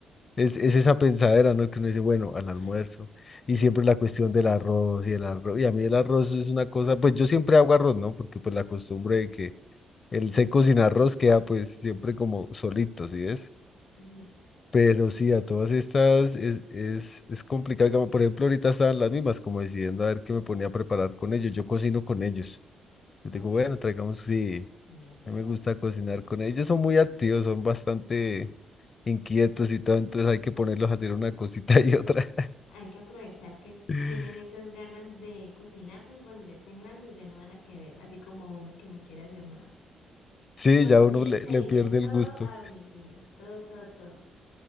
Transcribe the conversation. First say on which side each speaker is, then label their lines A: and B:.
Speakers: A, on the left (about 45°); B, on the left (about 85°).
A: es, es esa pensadera, ¿no? Que uno dice, bueno, al almuerzo.
B: Ay,
A: Y siempre la cuestión del arroz y el arroz. Y a mí el arroz es una cosa, pues yo siempre hago arroz, ¿no? Porque pues la costumbre de que el seco sin arroz queda pues siempre como solito, ¿sí ves?
B: y-
A: Pero sí, a todas estas es, es, es complicado. Como, por ejemplo, ahorita estaban las mismas, como decidiendo a ver qué me ponía a preparar con ellos. Yo cocino con ellos. Yo
B: ¿Ah,
A: digo,
B: sí?
A: bueno, traigamos, sí,
B: Vea pues,
A: a mí me gusta cocinar con ellos. Ellos son muy activos, son bastante inquietos y todo, entonces hay que ponerlos a hacer una cosita y otra.
B: hay que aprovechar que
A: <laughs>
B: tienen esas ganas de cocinar, porque cuando ya estén grandes ya no van a querer, así como uno que no quiere hacer nada.
A: Sí,
B: Por
A: ya
B: mí
A: uno le,
B: pediría
A: le pierde
B: todo
A: el gusto.
B: a domicilio, todo, todo, todo.